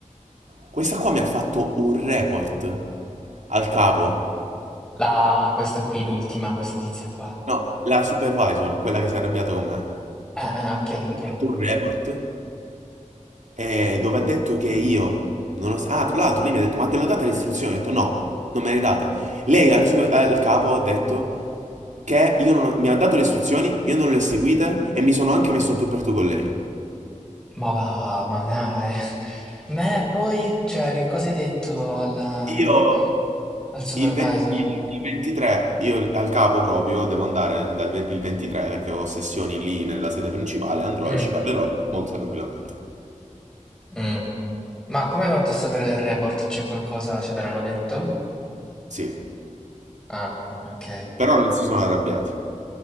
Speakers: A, on the right (about 65°); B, in the centre.
A: Questa qua mi ha fatto un report al capo.
B: La, questa qui, l'ultima, questa tizia qua.
A: No, la supervisor, quella che si è arrabbiata con me.
B: Eh, eh, ok, ok.
A: Ha fatto un report. Eh, dove ha detto che io non ho- Ah, tra l'altro lei mi ha detto, ma te l'ho data le istruzioni? Ho detto no, non me le hai date. Lei alla super- al capo ha detto che io non ho- mi ha dato le istruzioni, io non le ho seguite e mi sono anche messo a tu per tu con lei.
B: Ma va, ma dai. Ma e poi, cioè, che cosa hai detto al, al
A: Io,
B: supervisor?
A: Il, ven- il- il 23, io al capo proprio devo andare dal ve- il 23 perché ho sessioni lì nella sede principale, andrò
B: Mm,
A: e ci parlerò molto tranquillamente.
B: mm. Ma come hai fatto a sapere del report? C'è qualcosa, ce te l'hanno detto?
A: Sì,
B: Ah, ok.
A: però non si sono arrabbiati.